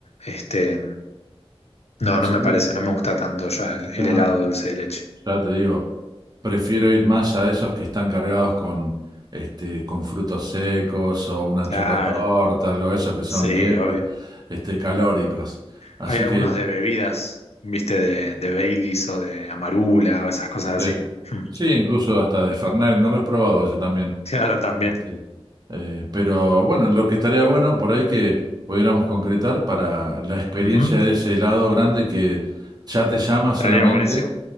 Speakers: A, on the left; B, on the right.
A: este, no, no me
B: sí,
A: parece, no me gusta tanto ya el,
B: no.
A: el helado de dulce de leche.
B: Ya te digo, prefiero ir más a esos que están cargados con, este, con frutos secos o una
A: Claro.
B: chocotorta, algo de eso, que son
A: Sí,
B: bien,
A: obvio.
B: este, calóricos. Así
A: Hay algunos
B: que,
A: de bebidas, viste, de, de Baileys o de Amarula o esas cosas así.
B: eh,
A: Mm.
B: sí, incluso hasta de Fernet, no lo he probado ese también.
A: Claro, también.
B: Este, eh, pero bueno, lo que estaría bueno por ahí que pudiéramos concretar para la experiencia
A: Ujú.
B: de ese helado grande que ya te llama
A: Estaría
B: solamente
A: buenísimo,